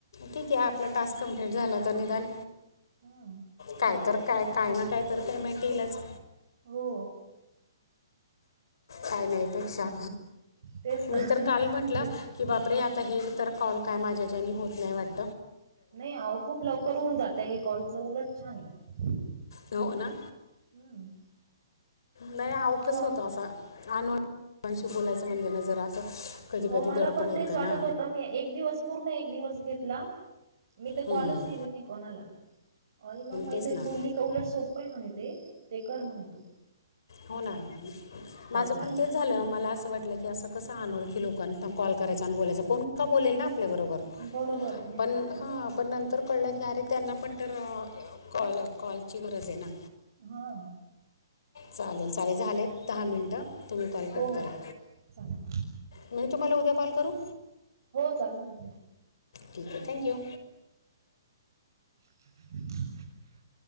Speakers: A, on the left (about 75°); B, on the right (about 65°).
A: ठीक आहे आपला टास्क कम्प्लीट झाला तर निदान-
B: हमम
A: काय तर काय काय ना काय तर पेमेंट येईलच
B: हो
A: काय नाहीपेक्षा
B: तेच
A: मी तर काल म्हटलं
B: जे
A: की बापरे
B: हां.
A: आता हे इ तरर कॉल काय माझ्याच्यानी होत नाही वाटत
B: नाही हो खूप लवकर होऊन जातय हे कॉलच उलट छान आहे
A: तर ना
B: हम्म
A: नाही अव
B: फक्त
A: कस होत असं अनोळशी बोलायचं म्हणजे ना जरा असं कधी
B: हो
A: कधी
B: मला
A: दडपण
B: पण
A: येतं
B: तेच वाटत
A: ना
B: होत मी एक दिवस पूर्ण एक दिवस घेतला मी ते कॉलच
A: हम्म,
B: केले नाही कोणाला आणि मग माहि
A: तेच ना
B: बोलली का उलट सोपंय म्हणित ते ते कर म्हणे तो
A: हो ना माझं
B: लागली
A: पण तेच झालं मला असं वाटलं की असं कसं आण लोकां कॉ करायचा आणि बोलायचा कोण बोलेल
B: हां
A: ना आपल्या बरोबर
B: बरोबर आहे
A: पण हा पण नंतर कळ अरे त्यांना पण तर कॉल कॉलची गरज आहे ना
B: हा
A: चालेल चालेल झाले दहा मिनटं तुम्ही कॉल
B: हो
A: कट करा
B: हो चालेल
A: मीळ तुम्हाला उद्या कॉल करू
B: चाल
A: ठीक आहे थँक्यू
B: <inaudible>